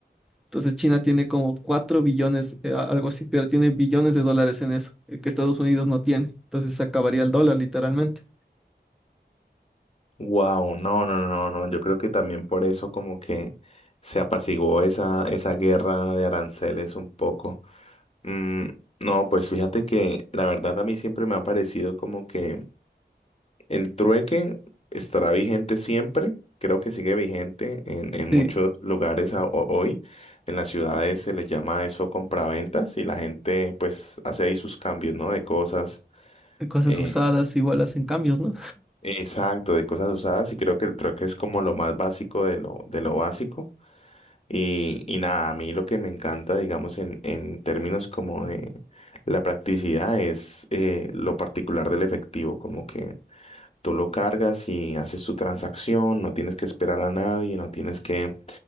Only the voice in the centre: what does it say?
Entonces China tiene como 4 billones, eh, a- algo así, pero tiene billones de dólares en eso, eh, que Estados Unidos no tiene. Entonces se acabaría el dólar literalmente.
Sí,
cosas
usadas igual hacen cambios, ¿no?